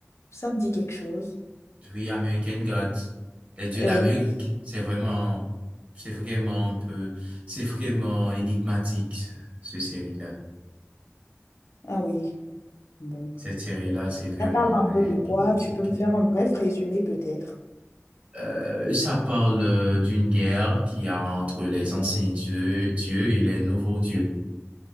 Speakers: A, on the left; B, on the right.
A: ça me dit quelque chose.
B: Oui, American Gods, les dieux
A: Euh,
B: d'Amérique. C'est vraiment, c'est vraiment un peu, c'est vraiment énigmatique, ce ce série-là.
A: ah oui, bon.
B: Cette série-là, c'est vraiment
A: Ça parle un peu
B: euh, énigmatique.
A: de quoi? Tu peux me faire un bref résumé peut-être?
B: Euh, ça parle euh, d'une guerre qu'il y a entre les anciens dieux, dieux et les nouveaux dieux.